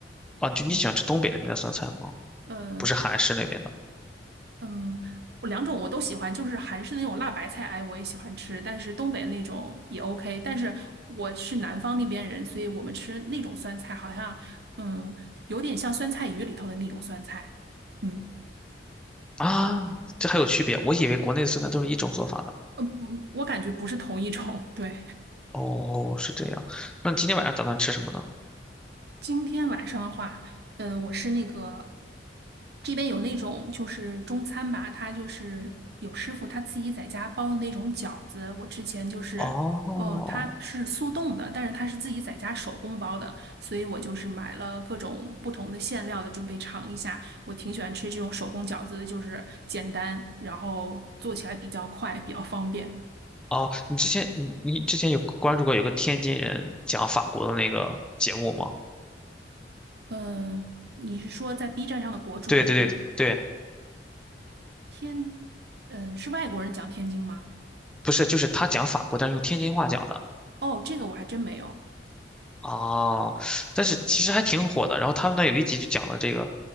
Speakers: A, in the centre; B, on the right.
A: 啊，就你喜欢吃东北那边的酸菜吗？
B: 嗯呃
A: 不是韩式那边的
B: 嗯，我两种我都喜欢，就是韩式的那种辣白菜，哎，我也喜欢吃，但是东北那种也 OK。但是我是南方那边人，所以我们吃那种酸菜好像嗯有点像酸菜鱼里头的那种酸菜。嗯。
A: 啊？这还有区别？我以为国内的酸菜都是一种做法呢。
B: 嗯，不，我感觉不是同一种。<laughs> 对，
A: 哦，是这样。那你今天晚上打算吃什么呢？
B: 今天晚上的话，嗯、我是那个这边有那种就是中餐吧，他就是有师傅他自己在家包的那种饺子。我之前就是，
A: 哦，
B: 呃，他是速冻的，但是他是自己在家手工包的，所以我就是买了各种不同的馅料的，准备尝一下。我挺喜欢吃这种手工饺子的，就是简单，然后做起来比较快，比较方便。
A: 哦，你之前你你之前有关注过有个天津人讲法国的那个节目吗？
B: 呃，你是说在 B 站上的博主那种吗？
A: 对对对对对，
B: 天，嗯，是外国人讲天津吗？
A: 不是，就是他讲法国，但是用天津话讲的。
B: 哦，这个我还真没有。
A: 哦，但是其实还挺火的。然后他们那有一集就讲了这个